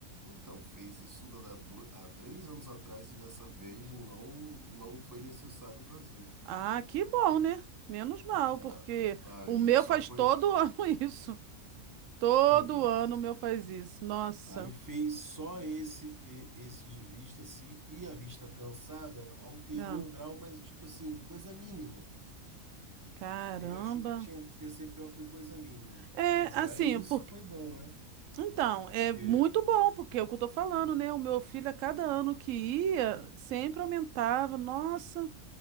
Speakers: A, on the right; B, on the right.
A: então fez isso da- da do- há três anos atrás e dessa vez não, não foi necessário fazer.
B: Ah, que bom, né? Menos mal,
A: Ah,
B: porque
A: aí
B: o meu
A: só
B: faz
A: foi.
B: todo <laughs> ano isso. Todo
A: Então,
B: ano o meu faz isso. Nossa.
A: aí fez só esse e- esse de vista assim e a vista cansada alterou
B: Ah,
A: um grau, mas tipo assim, coisa mínima.
B: caramba.
A: Ele achou que tinha que ia ser pior, foi coisa mínima.
B: É,
A: Quer dizer,
B: assim,
A: aí nisso
B: porque
A: foi bom, né?
B: então, é
A: Porque,
B: muito bom, porque é o que eu tô falando, né? O meu filho, a cada ano que ia, sempre aumentava. Nossa.